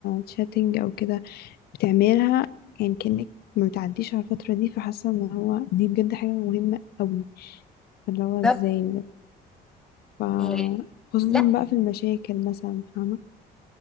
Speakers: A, on the left; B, in the centre.
A: تشاتنج او كده بتعملها يعني كأنك ما بتعديش على الفترة دي فحاسة ان هو دي بجد حاجة مهمة قوي اللي هو
B: بالظبط
A: ازاي بجد. ف
B: آه،
A: خصوصا
B: لا
A: بقى في المشاكل مثلا فاهمة